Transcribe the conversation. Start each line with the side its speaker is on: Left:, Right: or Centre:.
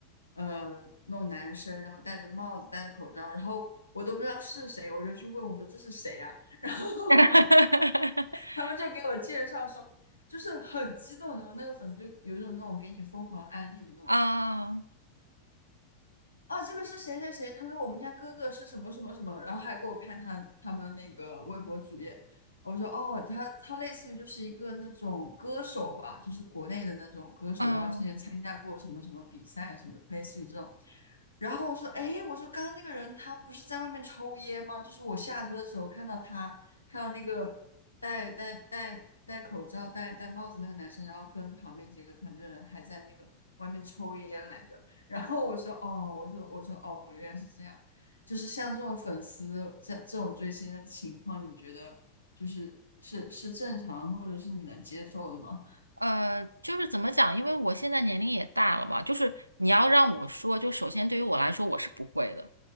Left: 呃那种男生，然后戴着帽子戴着口罩，然后我都不知道是谁，我就去问我说这是谁啊？然后 <laughs>
Right: <laughs>
Left: 他们就给我介绍说，就是很激动的那种，那个粉丝就有一种那种给你疯狂安利的那种
Right: 啊，
Left: 啊，这个是谁谁谁？他说我们家哥哥是什么什么什么，然后还给我看他他们那个微博主页。我说哦，他他类似于就是一个那种歌手吧，就是国内的那种歌手，
Right: 嗯，
Left: 然后之前参加过什么什么比赛，什么类似于这种。然后我说，哎，我说刚刚那个人他不是在外面抽烟吗？就是我下车的时候看到他，看到那个戴戴戴戴口罩、戴戴帽子那个男生，然后跟旁边几个团队的人还在那个外面抽烟来着。<laughs> 然后我说，哦，我说我说哦，原来是这样。就是像这种粉丝这这种追星的情况，你觉得就是是是正常，或者是你能接受的吗？
Right: 呃，就是怎么讲？因为我现在年龄也大了嘛，就是你要让我说，就首先对于我来说，我是不会的。